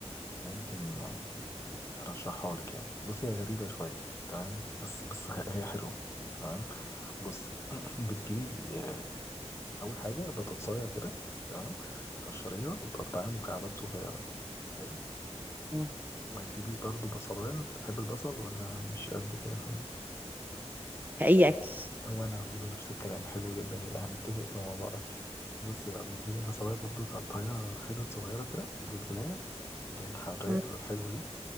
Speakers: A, on the left; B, on the right.
A: ممكن رشحها لك يعني بصي هي غريبة شوية تمام بس بس ه- هي حلوة تمام بص <clears throat> بتجيبي آه، أول حاجة بتتصايع كده تمام تقشريها وتقطعيها مكعبات صغيرة حلو
B: تمام.
A: وهتجيبي برضو بصلاية انت بتحب البصل ولا مش قد كده فاهم
B: في اي
A: طب
B: اكل
A: وانا برضو نفس الكلام حلو جدا يبقى هنتفق في الموضوع ده بصي بقى بتجيبي بصلاية برضو تقطعيها حتت صغيرة كده وفلفلاية اللي هي الحراقة
B: مم.
A: والحلوة دي